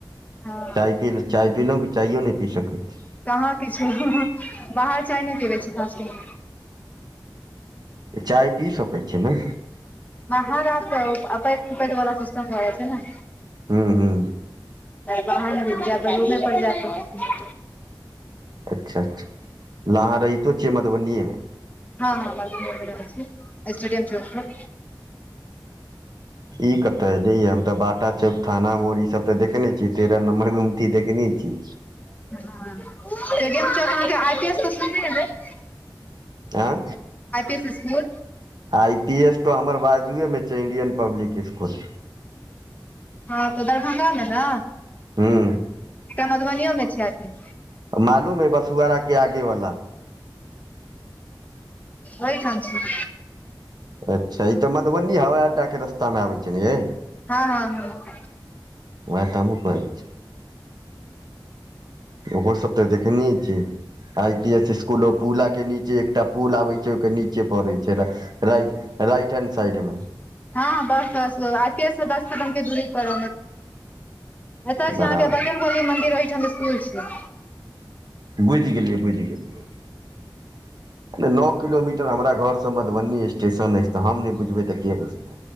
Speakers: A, on the left; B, on the right.
A: हँ
B: चाय पीहुँ चाय पीलहुँ कि चायओ नहि पी सकैत छी
A: कहाँ किछु बाहर चाय नहि पिबै छी फास्टिगं मे
B: तऽ चाय पी सकैत छी ने
A: वाहर अपैैत कपैत वाला सिस्टम हो जा छै ने
B: हू हू
A: बाहर नहि पिबै छी रूपमे पर जा क
B: अच्छा अच्छा अहाँ रहितो छियै मधुबनियएमे
A: हँ हं मधुबनीमे स्टेडियम चौक पर
B: ई कते लै या हम तऽ बाटा चौक थाना मोड़ ई सब तऽ देखने छियै तेरह नम्मर गुमती देखने छियै
A: अहाँके आ
B: आँ
A: S school
B: I P S तऽ हमर बाजूएमे छै इण्डियन पब्लिक स्कूल
A: हँ तऽ दरभंगा मे ने
B: हूँ
A: तऽ मधुबनीयो मे छै अथी
B: मालूम हय बसुआरा के आगे वला
A: ओहि‌ ठाम छै
B: अच्छा ई तऽ मधुबनी हवाई अड्डाके रस्तामे आबैत छै ने यै
A: हँ हँ हँ
B: उहै तऽ हमहु कहय छी ओहोसभ तऽ देखने छियै आई पी एस स्कूलो पुल के नीचे एकटा पुल आबै छै ओहिके नीचे पढ़े छै राइट राइट हैंड साइडमे
A: हँ बस बस आइ पी एस सँ दस कदम के दूरी पर एतय छै
B: बराबर
A: अहाँके बजरंग बली मंदिर ओहिठाम स्कुल छै
B: बुझि गेलियै बुझि गेलियै नो किलोमीटर हमरा घरसँ मधुबनी स्टेशन अछि तऽ हम नहि बुझबै तऽ के बुझतै